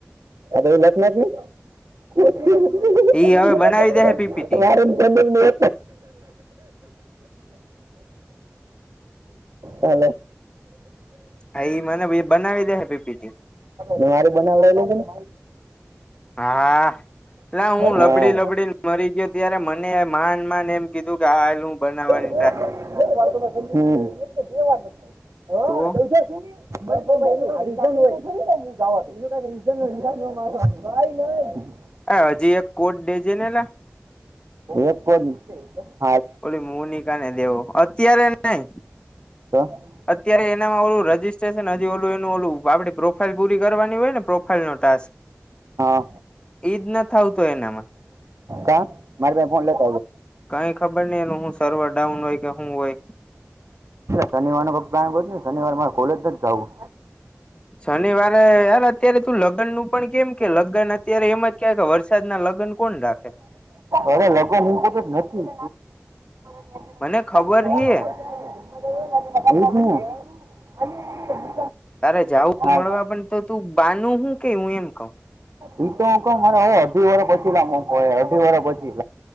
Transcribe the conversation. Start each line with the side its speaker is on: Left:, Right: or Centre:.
Right: <unintelligible>
Left: ઈ હવે બનાવી દે હે પીપીટી
Right: મારેં તમિલ ને <unintelligible> <unintelligible> હલો
Left: હા ઈ મને બનાવી દે હે પીપીટી
Right: મારુ બનાવડાવી લેજે ને.
Left: હા. અલા હું
Right: હા
Left: લબડી લબડી મરી ગયો ત્યારે મને માન માન એમ કીધું કે આ હું બનાવાની.
Right: હમમ. <unintelligible>
Left: તો
Right: <unintelligible>
Left: હા હજી એક કોટ દેજે ને અલા.
Right: એક જ
Left: ઓલી મોનિકા ને દેવો અત્યારે નઈ.
Right: તો?
Left: અત્યારે એનામાં ઓલું રજીસ્ટ્રેશન હજી ઓલું એનું ઓલું આપડી પ્રોફાઈલ પૂરી કરવાની હોય ને પ્રોફાઈલ નો ટાસ્ક
Right: હા
Left: ઈજ ન થાવતો એનામાં
Right: તો મારી વાત સંભાળ
Left: કાઈ ખબર નઈ એનું હું સર્વર ડાઉન હોય કે હું હોય.
Right: શનિવારો વખત છું ને શનિવાર માં કોલેજ નથ જાવું.
Left: શનિવારે યાર અત્યારે તું લગ્ન નું પણ કેમ કે લગ્ન અત્યારે એમ જ કેવાય કે વરસાદના લગ્ન કોણ રાખે?
Right: અરે લગ્ન ઇમ્પોટ જ નથી. <unintelligible>
Left: મને ખબર હે તારે જાવું તું
Right: હાલ
Left: મળવા પણ તો તું બાનું હું કે હું એમ કઉ.
Right: એઈ તો અ મારે અઢી વાર પછી <unintelligible> અઢી વાર પછી